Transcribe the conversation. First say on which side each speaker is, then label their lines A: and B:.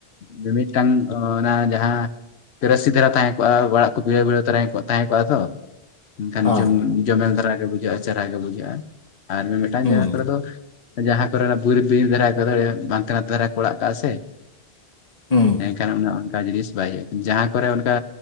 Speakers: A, on the left; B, on the left.
A: ᱢᱤᱫ ᱢᱤᱫᱴᱟᱝ᱾ ᱚᱱᱟ ᱡᱟᱦᱟᱸ ᱯᱮᱨᱟᱥᱤ ᱫᱷᱟᱨᱟ ᱛᱟᱦᱮᱸ ᱠᱚᱜᱼᱟ ᱚᱲᱟᱜ ᱠᱚ ᱵᱷᱤᱲᱟᱹ ᱵᱷᱤᱲᱟᱹ ᱛᱟᱦᱮᱸ ᱠᱚᱜᱼᱟ ᱛᱚ᱾ ᱢᱮᱱᱠᱷᱟᱱ
B: ᱦᱳᱭ
A: ᱡᱚᱢ ᱡᱚᱢᱮᱞ ᱪᱮᱦᱨᱟ ᱜᱮ ᱵᱩᱡᱷᱟᱹᱜᱼᱟ᱾ ᱟᱨ ᱢᱤᱢᱤᱫᱴᱟᱱ
B: ᱦᱩᱸ
A: ᱡᱟᱭᱜᱟ ᱠᱚᱨᱮ ᱫᱚ᱾ ᱡᱟᱦᱟᱸ ᱠᱚᱨᱮ ᱚᱱᱟ ᱵᱤᱨ ᱵᱤᱨ ᱫᱷᱟᱨᱟ ᱠᱚᱫᱚ ᱵᱟᱝᱟᱱᱛᱮ ᱱᱟ ᱫᱷᱟᱨᱟ ᱠᱚ ᱚᱲᱟᱜ ᱠᱟᱜᱼᱟ ᱥᱮ᱾
B: ᱦᱩᱸ᱾
A: ᱮᱱᱠᱷᱟᱱ ᱚᱱᱠᱟ ᱡᱤᱱᱤᱥ ᱵᱟᱭ ᱦᱩᱭᱩᱜᱼᱟ ᱡᱟᱦᱟᱸ ᱠᱚᱨᱮ ᱚᱱᱠᱟ